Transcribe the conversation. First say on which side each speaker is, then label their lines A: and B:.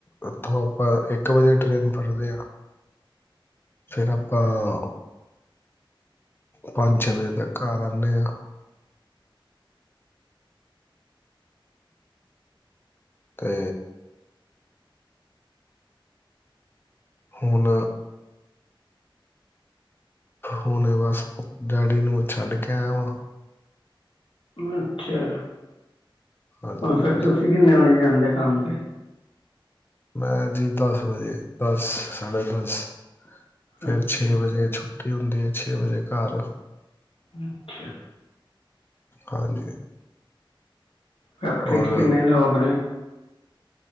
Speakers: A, on the left; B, on the left.
A: ਉੱਥੋਂ ਆਪਾਂ ਇੱਕ ਵਜੇ ਟਰੇਨ ਫੜਦੇ ਆਂ। ਫਿਰ ਆਪਾਂ ਪੰਜ ਛੇ ਵਜੇ ਤੱਕ ਘਰ ਆਣੇ ਆਂ। ਤੇ ਹੁਣ ਹੁਣੇ ਬਸ ਡੈਡੀ ਨੂੰ ਛੱਡ ਕੇ ਆਇਆ ਵਾਂ।
B: ਅੱਛਾ।
A: ਹਾਂਜੀ
B: ਹੁਣ ਫੇਰ
A: ਹਾਂਜੀ
B: ਤੁਸੀਂ ਕਿੰਨੇ ਵਜੇ ਜਾਂਦੇ ਦੇ ਕੰਮ ਤੇ
A: ਮੈਂ ਜੀ ਦਸ ਵਜੇ ਦਸ ਸਾਢੇ ਦਸ। ਫੇਰ
B: ਅੱਛਾ
A: ਛੇ ਵਜੇ ਛੁੱਟ ਟੀ ਹੁੰਦੀ ਐ ਛੇ ਵਜੇ ਘਰ।
B: ਅੱਛਾ।
A: ਹਾਂਜੀ।
B: ਫੈਕਟਰੀ
A: ਔਰ
B: ਚ ਕਿੰਨੇ ਲੋਕ ਨੇ?